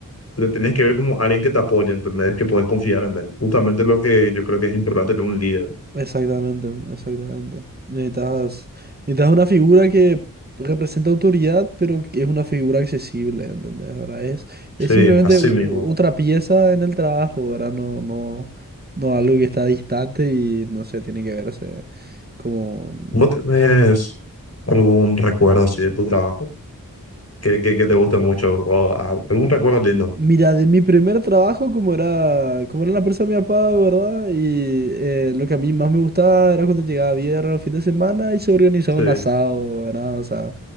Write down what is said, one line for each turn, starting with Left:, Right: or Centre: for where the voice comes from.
Left: le tenés que ver como alguien que te apoya, ¿entendés? Que puedes confiar en él. Justamente lo que yo creo que es importante en un líder.
Right: Exactamente, exactamente. Necesitas, necesitas una figura que representa autoridad, pero que es una figura accesible, ¿entendés? Ahora es, es
Left: Sí,
Right: simplemente
Left: así
Right: u-
Left: mismo.
Right: u- otra pieza en el trabajo, ¿verdad? No, no, no algo que está distante y no sé, tiene que verse como...
Left: ¿Vos tenés algún recuerdo así de tu trabajo que, que, que te guste mucho o a- algún recuerdo lindo?
Right: Mira, de mi primer trabajo, como era, como era la empresa de mi papá, ¿verdad? Y eh, lo que a mí más me gustaba era cuando llegaba viernes, fin de semana y se organizaba
Left: Sí,
Right: un asado, ¿verdad? O sea,